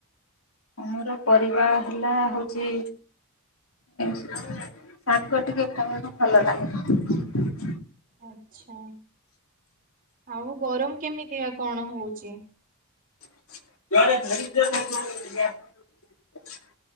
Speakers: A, on the left; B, on the right.
A: ମୋର ପରିବା ହେଲା ହଉଚି ଶାଗ ଟିକେ ଖାଇବାକୁ ଭଲ ଲାଗେ। ହଁଁ <inaudible>
B: ଆଛା ଆଉ ଗରମ କେମିତିଆ କଣ ହଉଛି?
A: <unintelligible>